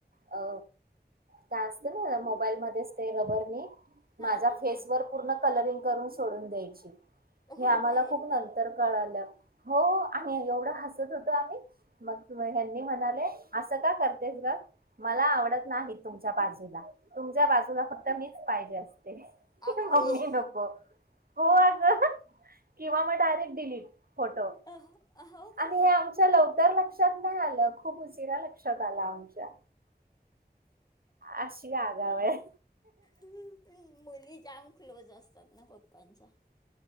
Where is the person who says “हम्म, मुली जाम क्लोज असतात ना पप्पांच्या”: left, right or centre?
Left